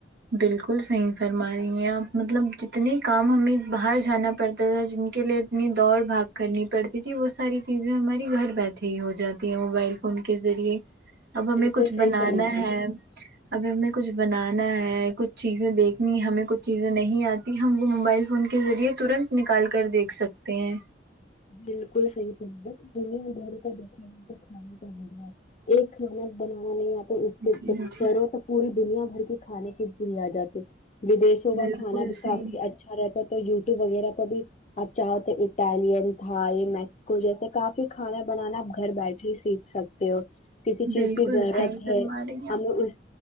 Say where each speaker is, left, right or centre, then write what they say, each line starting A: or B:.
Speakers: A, on the right; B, on the left.
A: بالکل صحیح فرما رہی ہیں آپ مطلب جتنے کام ہمیں باہر جانا پڑتا تھا جن کے لیے اتنی دوڑ بھاگ کرنی پڑتی تھی وہ ساری چیزیں ہماری گھر بیٹھے ہی ہو جاتی ہیں موبائل فون کے ذریعے اب ہمیں
B: بالکل
A: کچھ
B: صحیح
A: بنانا
B: فرما رہی
A: ہے اب ہمیں کچھ بنانا ہے کچھ چیزیں دیکھنی ہمیں کچھ چیزیں نہیں آتی ہم وہ موبائل فون کے ذریعے ترنت نکال کر دیکھ سکتے تے ہے
B: بالکل صحیح فرما رہے ہو دنیا دھر کا دیکھا ہو تو کھانا کا مے ایک کھانا <unintelligible> تو اس
A: جی
B: سے جب
A: جی
B: کرو تو پوری دنیا بھر کی کھانے کی بھول آ جاتے ودشیو کا
A: بالکل
B: کھانا بھی
A: صحیح
B: کافی ا اچھا رہتا تو یوٹیوب وغیرہ پر بھی اچھا ہوتے اٹیلین ہاں یہ میکسکو جیسے کافی کھانا بنانا آپ گھر بیٹھے ہی سیکھ سکتے ہو کسی چیز
A: بالکل
B: کی ضرورت
A: صحیح فرما
B: ہے
A: رہی ہیں
B: ہمیں
A: آپ
B: اس